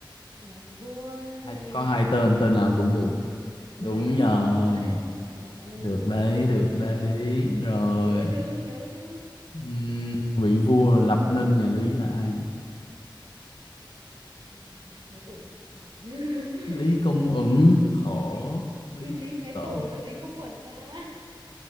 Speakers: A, on the right; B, on the left.
A: là vua Lê
B: ai có
A: Đại
B: hai
A: Hành
B: tên tên
A: đó.
B: nào cũng được
A: Vua
B: đúng
A: Lê Đại Hành
B: rồi
A: đó. Trời ơi.
B: được đấy được đấy
A: <laughs>
B: rồi
A: Nhớ chứ, nhớ chứ.
B: Ừm, vị vua lập nên nhà Lý là ai
A: Ừ, Lý Thái Tổ. Ừ. <laughs>
B: Lý Công Uẩn khổ
A: thì,
B: Lý
A: thì Lý
B: Thái
A: Thái
B: Tổ
A: Tổ là Lý Công Uẩn mà